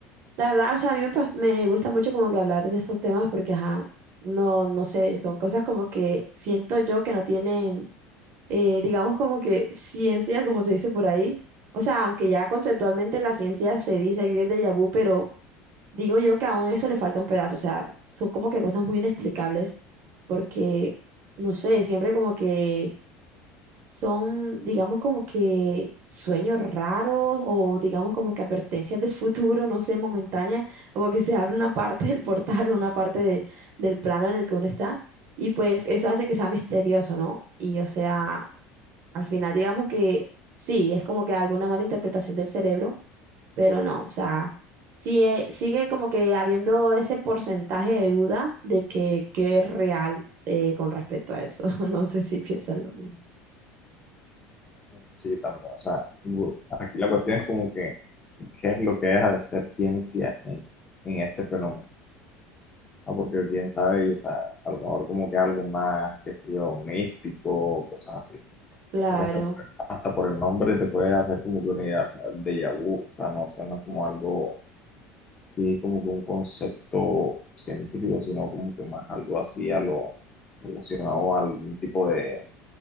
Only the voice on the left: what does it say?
Sí, también. O sea, bu- aquí la cuestión es como que, ¿qué es lo que deja de ser ciencia en, en este fenómeno? Ah, porque quién sabe, y, o sea, a lo mejor como que algo más, qué sé yo, místico, cosas así.
Porque hasta, hasta por el nombre te puede hacer como que una idea, o sea, déjà vu, o sea, no suena como algo, sí, como que un concepto científico, sino como que más algo así a lo relacionado a algún tipo de,